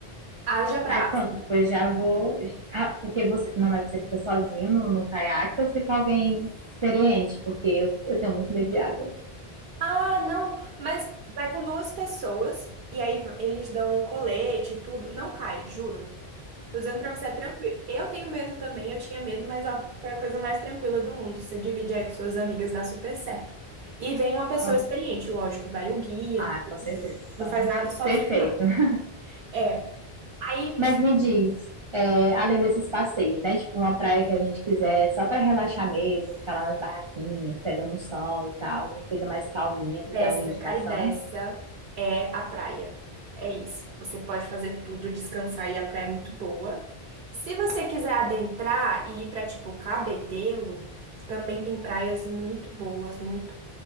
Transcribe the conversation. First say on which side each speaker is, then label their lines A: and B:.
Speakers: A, on the right; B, on the right.
A: Haja braço.
B: Aí pronto, depois já vou. Ah, porque você. Não, mas você fica sozinho no, no caiaque ou fica alguém experiente? Porque eu, eu tenho muito medo de água.
A: Ah, não, mas vai com duas pessoas. E aí eles dão colete e tudo. Não cai, juro. Tô Usando pra você é tranquilo. Eu tenho medo também, eu tinha medo, mas ó, foi a coisa mais tranquila do mundo. Você divide aí com suas amigas, dá super certo. E vem uma pessoa
B: Pronto.
A: experiente, lógico, vai o guia,
B: Ah, com certeza.
A: tudo.
B: Então,
A: Não faz nada sozinho,
B: perfeito.
A: não.
B: <laughs>
A: É, aí
B: Mas me diz, é, além desses passeios, né? Tipo, uma praia que a gente quiser só pra relaxar mesmo, ficar lá nas barraquinhas, pegando sol e tal, uma coisa mais calminha,
A: Bessa,
B: tu tem alguma indicação?
A: Caribeça é a praia. É isso. Você pode fazer tudo, descansar e a praia é muito boa. Se você quiser adentrar e ir pra tipo Cabedelo, também tem praias muito boas, muito